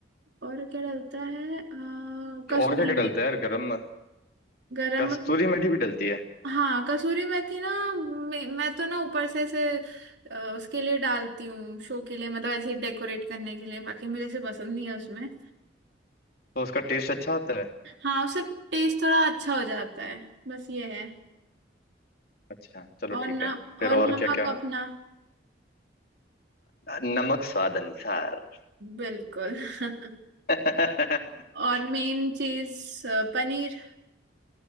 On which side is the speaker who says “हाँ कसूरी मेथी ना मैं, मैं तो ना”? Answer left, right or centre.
Right